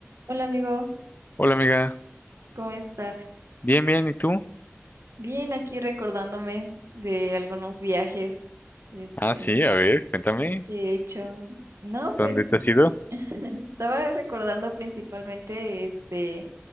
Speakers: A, on the right; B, on the left.
A: Hola amigo,
B: Hola amiga,
A: ¿cómo estás?
B: bien, bien, ¿y tú?
A: Bien, aquí recordándome de algunos viajes este,
B: Ah, sí, a ver, cuéntame,
A: que he hecho. No, pues
B: ¿dónde te has ido?
A: <laughs> estaba recordando principalmente este,